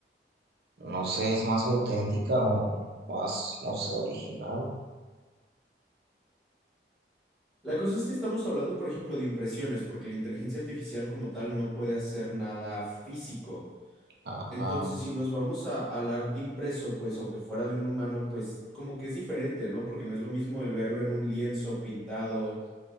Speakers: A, on the right; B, in the centre.
A: No sé, es más auténtica o más, no sé, original.
B: La cosa es que estamos hablando, por ejemplo, de impresiones, porque la inteligencia artificial como tal no puede hacer nada físico.
A: Ajá.
B: Entonces, si nos vamos a- al arte impreso, pues aunque fuera de un humano, pues como que es diferente, ¿no? Porque no es lo mismo el verlo en un lienzo pintado